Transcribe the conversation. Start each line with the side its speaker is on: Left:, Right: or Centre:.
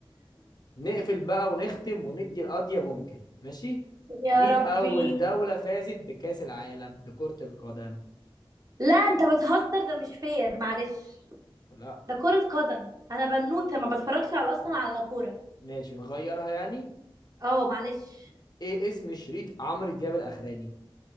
Left: نقفل بقى ونختم وندي القضية ممكن ماشي
Right: يا
Left: مين
Right: ربي
Left: أول دولة فازت بكأس العالم لكرة القدم
Right: لا انت بتهزر ده مش فير معلش
Left: لا
Right: ده كرة قدم انا بنوتة ما بتفرجش على اصلا على كورة
Left: ماشي نغيرها يعني
Right: اه معلش
Left: إيه اسم شريط عمرو دياب الأخراني